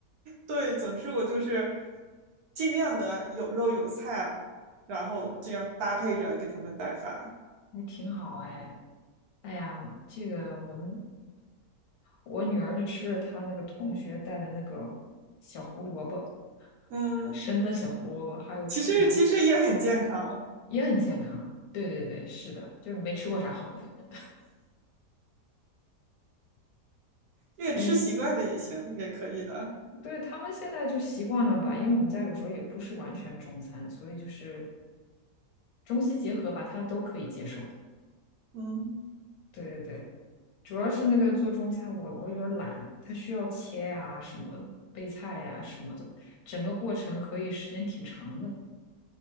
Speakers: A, on the right (about 70°); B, on the left (about 65°).
A: 对，总之我就是尽量的有肉有菜，然后这样搭配着给他们带饭。
B: 还挺好哎。哎呀，这个我们我女儿就吃了她那个同学带的那个小胡萝卜，
A: 嗯，
B: 生的小胡萝卜，还有吃什么
A: 其实其实也很健康，
B: 也很健康。对对对，是的，就是没吃过啥好的，反正。
A: 这个吃习惯了也行，
B: 哎，
A: 也可以的。
B: 对，他们现在就习惯了吧，因为我们家有时候也不是完全中餐，所以就是中西结合吧，他都可以接受。
A: 嗯，
B: 对对对，主要是那个做中餐我，我有点懒，它需要切呀、什么备菜呀、什么的，整个过程可以时间挺长的，